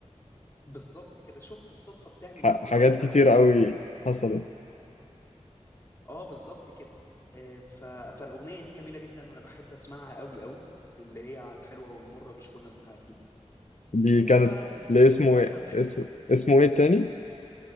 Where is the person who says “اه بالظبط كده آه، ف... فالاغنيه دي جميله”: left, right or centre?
Left